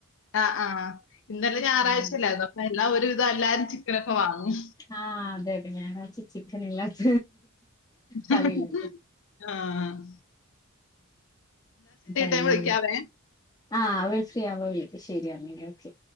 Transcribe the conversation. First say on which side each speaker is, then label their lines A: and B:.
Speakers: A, on the left (about 60°); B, on the left (about 20°).
A: ആഹ് ആഹ് ആഹ് ഇന്നലെ ഞായറാഴ്ച
B: ഉം.
A: അല്ലായിരുന്നോ അപ്പോ എല്ലാം ഒരു വിധം എല്ലാരും ചിക്കനൊക്കെ വാങ്ങും
B: ആഹ് അതെ അതെ ഞായറാച്ച ചിക്കൻ ഇല്ലാത്ത
A: <unintelligible>
B: കളിയില്ലല്ലോ
A: ആഹ്
B: എന്താ
A: ഞാൻ
B: ഇങ്ങനെ?
A: വിളിക്കാവേ
B: ആഹ് അവൾ ഫ്രീ ആവുമ്പോ വിളിക്ക് ശരിയാമി എന്നാ ഓക്കെ